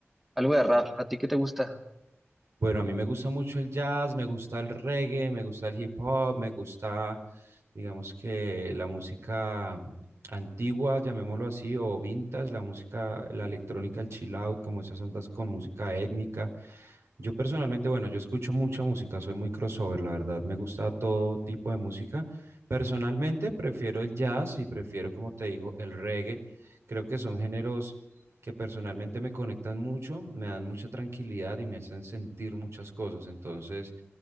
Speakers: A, in the centre; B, on the right.
A: algo de rap. ¿A ti qué te gusta?
B: Bueno, a mí me gusta mucho el jazz, me gusta el reggae, me gusta el hip hop, me gusta, digamos que la música antigua, llamémoslo así, o vintage, la música, la electrónica, el chill out, como esas ondas con música étnica. Yo personalmente, bueno, yo escucho mucha música, soy muy crossover, la verdad, me gusta todo tipo de música. Personalmente prefiero el jazz y prefiero, como te digo, el reggae. Creo que son géneros que personalmente me conectan mucho, me dan mucha tranquilidad y me hacen sentir muchas cosas. Entonces,